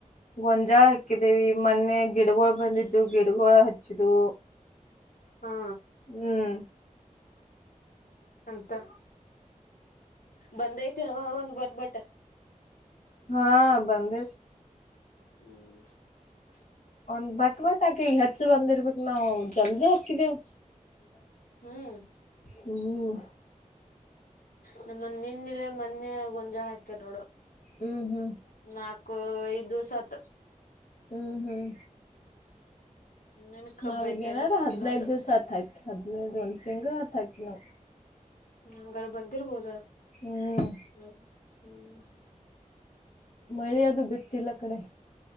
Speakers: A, on the left (about 65°); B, on the left (about 85°).
A: ಗೊಂಜಾಳ ಹಾಕಿದ್ದೇವಿ ಮೊನ್ನೆ ಗಿಡಗಳು ಬಂದಿದ್ದು ಗಿಡ ಹಚ್ಚಿದು
B: ಹಾ
A: ಹ್ಮ್
B: ಅಂತ ಬಂದೈತೆ ಒಂದ್ ಬರ್ ಬಟ್ಟ
A: ಹಾ ಬಂದ
B: ಹ್ಮ್
A: ಒಂದ್ ಬಟ್ ಬಟ್ ಹಾಕಿ ಈ ಹೆಚ್ಚ ಬಂದಿರ್ಬೇಕಕ್ ನಾವು ಜಲ್ದಿ ಹಾಕಿದೇವು
B: ಹ್ಮ್
A: ಹ್ಮ್
B: ಹ್ಮ್್ಮ್ಮ ನಮ್ಮ ಮಣ್ಣಲೆ ಮೊನ್ನೆ ಗೊಂಜಾಳ ಹಾಕ್ಯಾರ್ ನೋಡು
A: ಹ್ಮ್ ಹ್ಮ್
B: ನಾಕು ಐದುಿವಸತ್
A: ಹ್ಮ್ ಹ್ಮ್
B: ಇನ್ನೇನ್ ಕಬ್ಬ
A: ನಾವಗ
B: ಐತೆನು
A: ಏನಾದ್ರರು ಹದ್ನೈದ
B: ಇನ್ನೊಂದು
A: ದಿವ್ಸತ್ ಹಾಕಿ ಹದ್ನೈದು ಒಂದ್ ತಿಂಗ್ಗಳು ಹತ್ ಹಾಕಿ ನಾವವು
B: ನಮಗಾರ ಬಂದಿರ್ಬೋದ
A: ಹ್ಮ್
B: ಹ್ಮ್ ಹ್ಮ್
A: ಮಳೆ ಅದು ಬಿತ್ತಿಲ್ಲ ಕಡೆ